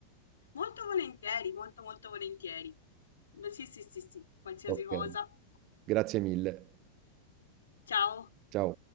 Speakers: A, on the left; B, on the right.
A: Molto volentieri, molto molto volentieri. Beh, Sì, sì, sì, sì, qualsiasi
B: Ok,
A: cosa.
B: grazie mille.
A: Ciao.
B: Ciao.